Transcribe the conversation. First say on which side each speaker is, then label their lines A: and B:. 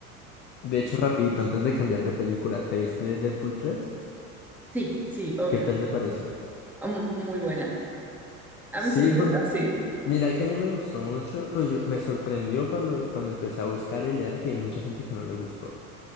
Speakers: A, on the left; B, in the centre.
A: De hecho, rapidito, antes de cambiar de película, ¿te viste de Deadpool tres
B: Sí, sí, obvio.
A: ¿Qué tal te pareció?
B: Ah, Mm, Muy buena. A
A: Sí,
B: mí sí me
A: por-
B: gusta, sí.
A: mira que a mí me gustó mucho, pero yo me sorprendió cuando, cuando empecé a buscar y leer que hay mucha gente que no le gustó.